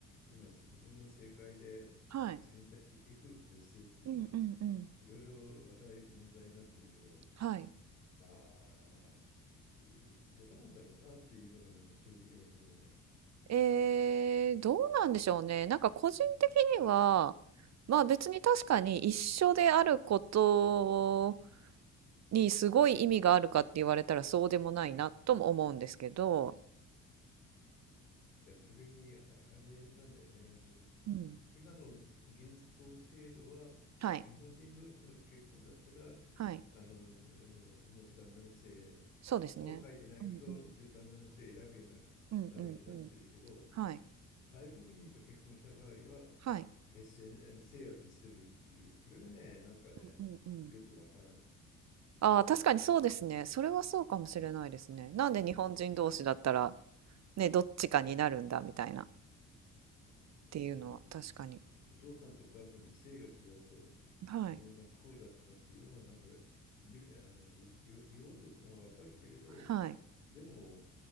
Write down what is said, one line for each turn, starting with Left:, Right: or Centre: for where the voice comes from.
Left: 今、日本の政界で
Right: はい。
Left: 選択的夫婦別姓っていうのが
Right: うんうんうん。
Left: いろいろ話題、問題になってるけど、
Right: はい。
Left: まあ、いどうなんだろうなっていうのが今、正直なところで。
Right: えー、どうなんでしょうね。なんか個人的には、まあ別に確かに一緒であることにすごい意味があるかって言われたらそうでもないなとも思うんですけど、
Left: いや、それに、ああれなんだよね。
Right: うん。
Left: あの、今の現行制度は、
Right: はい。
Left: 日本人同士の結婚だったら、
Right: はい。
Left: あの、あのもう旦那の姓とは書いてないけど、
Right: そうですね。うんうん。
Left: 一応旦那の姓選ぶよう
Right: うんうんうん。
Left: な流れになってるけど、
Right: はい。
Left: 外国人と結婚した場合は
Right: はい。
Left: 別姓ね、えー姓は別でもいいっていう、それがね、なんかね、
Right: うんうんうん。
Left: よくわからない。
Right: ああ、確かにそうですね。それはそうかもしれないですね。
Left: うん、
Right: なんで日本人同士だったら、
Left: うん、うん
Right: ね、どっちかになるんだみたいなっ
Left: うん。
Right: ていうのは確かに。
Left: それに、お父さんとお母さんで姓が違うと子供が不幸だとかっていうのをなんか
Right: はい。
Left: 理あの言お言おうとするのはわかるけれど、
Right: はい。
Left: でも、